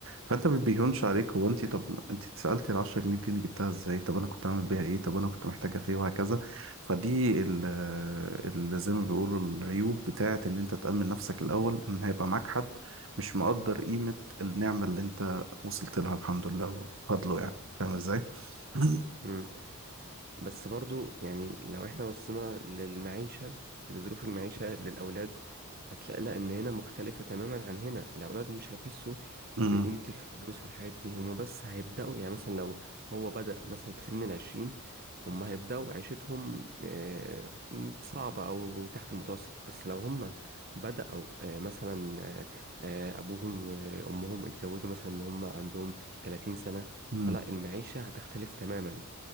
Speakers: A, on the right; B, on the right.
A: فانت ما بيهونش عليك هو انت طب انت اتسألتي العشرة جنيه دي انا جبتها ازاي طب انا كنت عامل بيها ايه طب انا كنت محتاجة في ايه وهكذا فدي ال- ال- زي ما بيقولوا العيوب بتاعة ان انت تأمن نفسك الاول ان هيبقى معاك حد مش مقدر قيمة النعمة اللي انت وصلت لها الحمد لله وفضله يعني فاهم ازاي أمم،
B: مم. بس برضو يعني لو احنا بصينا للمعيشة لظروف المعيشة للأولاد هتلاقي لا إن هنا مختلفة تماما عن هنا الأولاد مش هيحسوا
A: أمم،
B: بقيمة الفلوس والحاجات دي هما بس هيبدأوا يعني مثلا لو هو بدأ مثلا في سن العشرين هما هيبدأوا عيشتهم آه، صعبة أو تحت المتوسط بس لو هما بدأوا آه، مثلا آه، آه، أبوهم وأمهم اتجوزوا مثلا إن هما عندهم 30 سنة
A: أمم.
B: فلا المعيشة هتختلف تماما